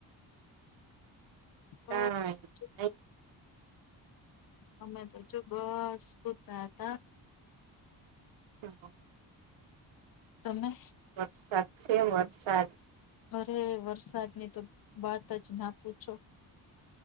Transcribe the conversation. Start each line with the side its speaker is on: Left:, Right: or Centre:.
Left: <unintelligible>
Right: કાઈ નઈ
Left: અમે તો શું બસ સુતા હતા
Right: <unintelligible>
Left: તમે?
Right: વરસાદ છે વરસાદ
Left: અરે વરસાદની તો વાત જ ના પૂછો.